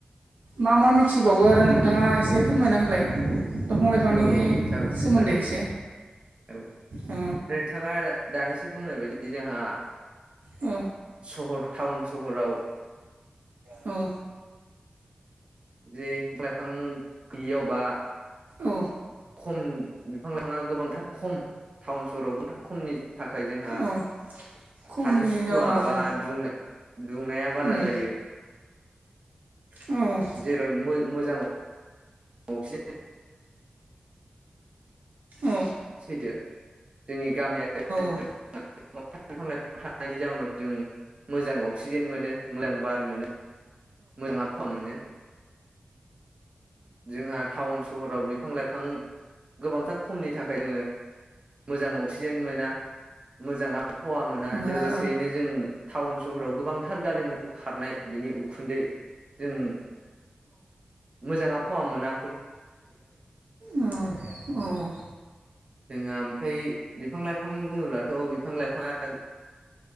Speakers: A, on the right; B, on the right.
A: मा मा मिथिबावो आरो नोंथाङा एसे फोरमायना होलाय दंफां लाइफांनि
B: औ औ जागोन
A: सोमोन्दै
B: जागोन नोंथां
A: एसे
B: औ
A: अ
B: नोंथाङा दानिसो बुंनाय बायदि जोंहा
A: औ
B: सहर टाउन सहराव
A: औ
B: जे बिफां लाइफां गैयियाव बा
A: औ
B: खम बिफां लाइाङा गोबांथार खम टाउन सहराव गोबांथार खमनि थाखाय जोंहा
A: औ खमनि
B: थानो सुखु
A: जाउनाव
B: बा
A: औ
B: दुंनाय दुंनाया बारा
A: उम
B: जायो
A: औ
B: जेराव मो मोजां <unintelligible>
A: औ
B: सैथो जोंनि गामियारि <unintelligible>
A: औ
B: <unintelligible> बिफां लाइफां थानायनि जाहोनाव जों मोजां अक्सिजेन मोनो मोजां बार मोनो मोजां आबहावा मोनो जोंहा टाउन सहराव बिफां लाइफां गोबांथार खमनि थाखाय जोङो मोजां अक्सिजेन मोना मोजां आबहावा मोना
A: मोजां
B: लोगोसेयैनो
A: आबहावा
B: जों टाउन सहराव गोबांथार गारि मथर खारनाय बिनि उ खुन्दै जों मोजाङा फवा मोना
A: अ औ
B: जोंहा ओमफ्राय बिफां लाइफां बुङोब्लाथ बिफां लाइफाङा